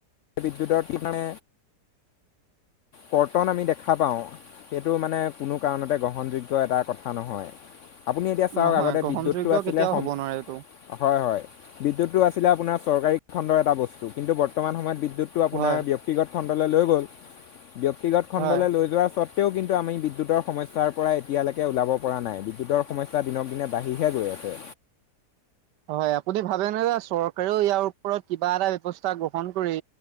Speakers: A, on the left (about 80°); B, on the right (about 80°).
A: বিদ্যুতৰ <unintelligible> মানে কৰ্তন আমি দেখা পাওঁ। সেইটো মানে কোনো কাৰণতে গ্ৰহণযোগ্য এটা কথা নহয় আপুনি এতিয়া চাওক
B: নহয়
A: আগতে
B: গ্ৰহণযোগ্য
A: বিদ্যুৎটো আছিলে
B: কেতিয়াও
A: সম
B: হ'ব নোৱাৰে এইটো
A: হয় হয়, বিদ্যুতটো আছিলে আপোনাৰ চৰকাৰী খণ্ডৰ এটা বস্তু কিন্তু বৰ্তমান সময়ত বিদ্যুৎ, টো আপোনাৰ
B: হয়
A: ব্যক্তিগত খণ্ডলৈ লৈ গ'ল ব্যক্তিগত খণ্ডলৈ
B: হয়
A: লৈ যোৱাৰ চত ও কিন্তু আমি বিদ্যুতৰ সমস্যাৰ পৰা এতিয়ালৈকে ওলাব পৰা নাই। বিদ্যুতৰ সমস্যা দিনক দিনে বাঢ়িহে গৈ আছে।
B: হয় আপুনি ভাবেনে যে চৰকাৰেও ইয়াৰ ওপৰত কিবা এটা ব্যবস্থা গ্ৰহণ কৰি,